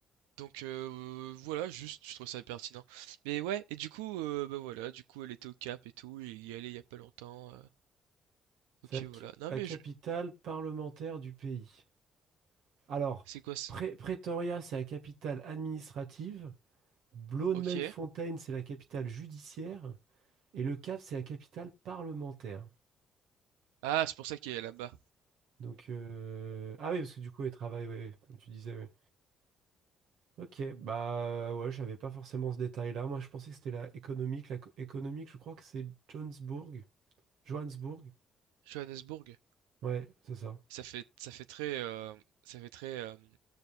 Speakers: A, on the right; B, on the right.
A: Donc euh, voilà, juste je trouve ça pertinent. Mais ouais, et du coup, euh, bah voilà, du coup elle était au Cap et tout, il y allait il y a pas longtemps. euh,
B: C'est
A: ok,
B: la
A: voilà.
B: c-
A: Non
B: à
A: mais
B: capitale
A: je,
B: parlementaire du pays. Alors,
A: c'est quoi, c'est-
B: Pré- Pretoria, c'est la capitale administrative. Bloemfontein,
A: ok.
B: c'est la capitale judiciaire. Et Le Cap, c'est la capitale parlementaire.
A: Ah, c'est pour ça qu'il est là-bas.
B: Donc, euh, ah oui, parce que du coup, elle travaille, ouais, comme tu disais, ouais. Ok, bah euh, ouais, j'avais pas forcément ce détail-là. Moi, je pensais que c'était la économique. La co- économique, je crois que c'est Johannesburg. Johannesburg.
A: Johannesburg.
B: Ouais, c'est ça.
A: Ça fait ça fait très, heu, ça fait très, hem,